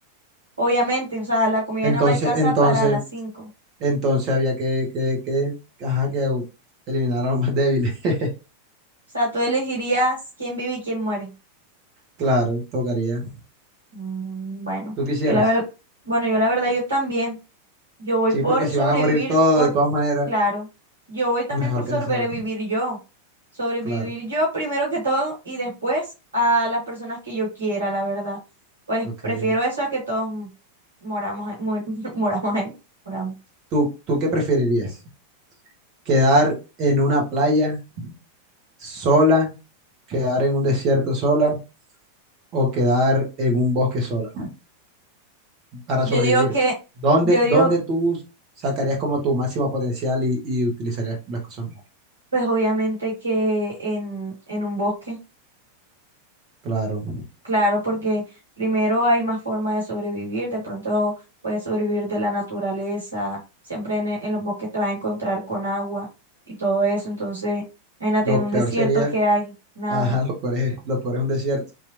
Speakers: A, on the right (about 75°); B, on the right (about 35°).
A: obviamente, o sea, la comida
B: Entonces,
A: nada más alcanza
B: entonces,
A: para las cinco.
B: entonces había que, que, que, ajá, que u- eliminar a los más débiles. <laughs>
A: O sea, tú elegirías quién vive y quién muere.
B: Claro, tocaría.
A: Mm, bueno,
B: Tú quisieras.
A: yo la verdad, bueno, yo la verdad, yo también, yo voy
B: Sí,
A: por
B: porque si
A: sobrevivir,
B: van a morir todos,
A: por,
B: de todas maneras,
A: claro, yo voy también
B: mejor
A: por
B: que
A: sobrevivir
B: se salven.
A: yo. Sobrevivir
B: Claro,
A: yo primero que todo y después a las personas que yo quiera, la verdad. Pues
B: ok.
A: prefiero eso a que todos moramos ahí, mu- <laughs> moramos ahí, moramos.
B: ¿Tú, tú qué preferirías? ¿Quedar en una playa sola? ¿Quedar en un desierto sola? ¿O quedar en un bosque sola? para
A: Yo
B: sobrevivir,
A: digo que,
B: ¿dónde,
A: yo digo,
B: dónde tú sacarías como tu máximo potencial y, y utilizarías las cosas mejor?
A: pues obviamente que en, en un bosque,
B: Claro.
A: claro, porque primero hay más formas de sobrevivir, de pronto puedes sobrevivir de la naturaleza, siempre en, e- en los bosques te vas a encontrar con agua y todo eso, entonces, imagínate
B: Lo
A: en un
B: peor
A: desierto
B: sería,
A: que hay nada,
B: ajá, <laughs> lo peor es, lo peor es un desierto.